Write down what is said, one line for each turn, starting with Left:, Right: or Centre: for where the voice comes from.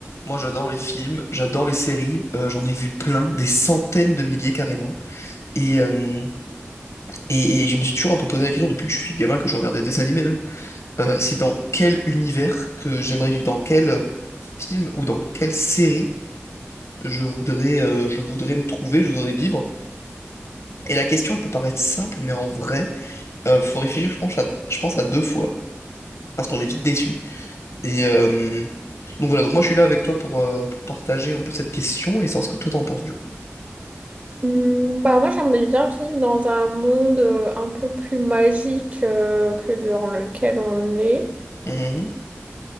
Left: Moi, j'adore les films, j'adore les séries, euh, j'en ai vu plein, des centaines de milliers carrément. Et, euh, et, et je me suis toujours un peu posé la question depuis que je suis gamin, que je regardais des dessins animés même. euh, c'est dans quel univers que j'aimerais vivre, dans quel euh, film ou dans quelle série je voudrais, euh, je voudrais me trouver, je voudrais vivre. Et la question, elle peut paraître simple, mais en vrai, euh, faut réfléchir, je pense, à, je pense à deux fois, parce qu'on est vite déçu. Et euh, donc voilà, donc moi je suis là avec toi pour, euh, pour partager un peu cette question et savoir ce que toi t'en penses du coup.
Right: Hmm, bah moi j'aimerais bien vivre dans un monde euh, un peu plus magique euh, que dans lequel on est.
Left: Mhm.